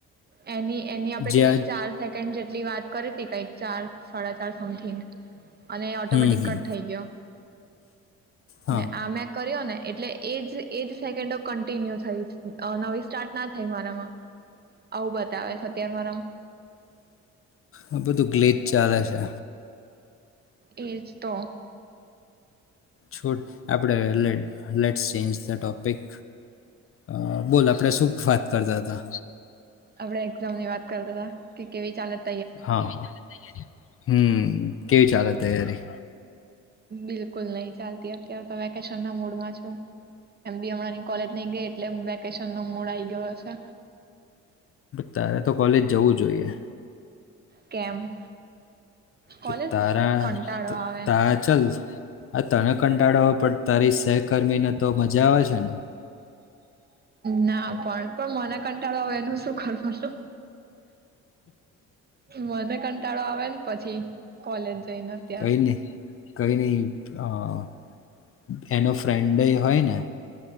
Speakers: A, on the right; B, on the left.
A: એની એની આપણે
B: જ્યાં
A: કેટલીક ચાર સેકન્ડ જેટલી વાત. કરી હતી કઈ ચાર સાડા ચાર સમથિંગ અને ઓટોમેટિક
B: હમ હમ
A: કટ થઈ ગયો.
B: હા
A: અને આમ એક કર્યો ને એટલે એજ એજ સેકન્ડો કન્ટિન્યુ થઈ નવી સ્ટાર્ટ ના થઈ મારામાં. આવું બતાવેશ અત્યારે મારામાં.
B: આ બધું ગ્લીચ ચાલે છે.
A: એજ તો.
B: છોડ આપડે લેટ્સ ચેન્જ થઈ ટોપિક. અ બોલ આપડે શું વાત કરતા હતા?
A: આપડણે એક્ઝામ ની વાત કરતા હતા કેવી ચાલત
B: હા, હ હમ. કેવી ચાલે તૈયારી?
A: બિલકુલ નહી ચાલતી અત્યારે તો વેકેશન ના મૂડમાં છું, એમ બી હમંની કોલેજ નહી ગઈ એટલે વેકેશન નો મૂડ આઈ ગયો છે.
B: તારે તો કોલેજ જવું જોઈએ.
A: કેમ?
B: કે
A: કોલેજ
B: તારા
A: કંટાળો આવે
B: તારા ચલ આ તને કંટાળો હોય પણ તારી સહકર્મીને તો મજા આવે છે ને.
A: ના પણ પણ મને કંટાળો એનું શું કરવાનું, મને કટ શટાળો આવે ને, પછી કોલેજ જઈને અત્યાર
B: કઈ નહી કઈ નહી, હા. <inaudible> ફ્રેન્ડય હોય ને.